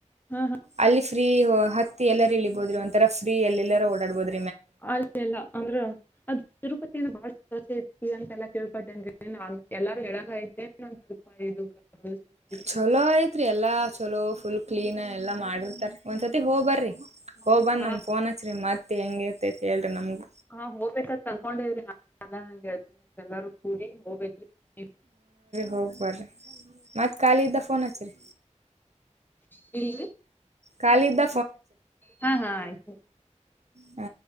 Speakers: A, on the left; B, on the right.
A: ಹಾ
B: ಅಲ್ಲಿ ಫ್ರೀ ಹತ್ತಿ ಎಲ್ಲಾರೂ ಇಳಿಬೋದ್ರಿ ಒಂಂತರ ಫ್ರೀ ಅಲ್ಲ ಎಲ್ಲರ ಓಡಾಡ್ಬೋುದು
A: ಅಲ್ಲ ಎಲ್ಲ ಅಂದ್ರ ಅದ್ ತಿರುಪತಿಯ ಬಾಳೋ ಐತಿ ಅಂತ ಎಾ ಕೇಳ್ಪಟ್ಟೇನ್ ಎಲ್ಲಾರು ಹೇಳಂಗಐತೆ ಅಲ್ಪ ಇದು ಅಂತ ಐತ್ರಿ
B: ಚಲೋ ಆಐತ್ರಿ ಎಲ್ಲಾ ಚಲೋ ಫುಲ್ ಕ್ಲೀನ್ ಎಲ್ಲಾ ಮಾಡಿರ್ತಾರ ಒಂದ್ಸರ್ತಿ ಹೋಗ್ಬರ್ರಿ ಹೋಗ್ ಬಂದ
A: ಹಾ
B: ನಮ್ ಫೋನ್ ಹಚ್ಚರಿ ಮತ್ತ ಹೆಂಗೇಐತೆತ್ ಹೇಳ್ರಿ ನಮ್ಗೆ
A: ಹಾ ಹೋಗ್ಬೇಕಾದ ತಂದಕೊಂಡ ಇದ್ರಿ ನ ಚಂಗಗೆ ಹೇಳ್ತನಿ ಎಲ್ಲಾರ ಕೂಡಿ ಹೋಗ್ಬೇಕಿ ಎ
B: ಹೋಗ್ಬರ್ರಿ ಮತ್ತತ್ ಕಖಾಲ ಇದ್ದ ಫೋನ್ ಹಚ್ಚ್ರರಿ
A: ಹೇಳಗೆ
B: ಕಾಲ ಇದ್ದ
A: ಹಾ ಹಾ ಆಯ್ತು್ತು
B: ಹ